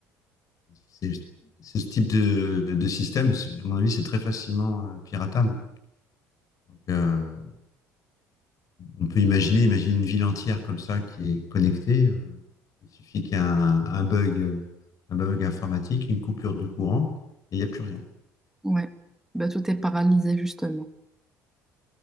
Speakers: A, on the left; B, in the centre.
A: c'est c'est ce type de, de système, c'est- à mon avis, c'est très facilement euh, piratable. Donc, euh, on peut imaginer, imaginer une ville entière comme ça qui est connectée. euh, il suffit qu'il y ait un, un bug, euh, un bug informatique, une coupure de courant, et il n'y a plus rien.
B: ouais, bah, tout est paralysé justement.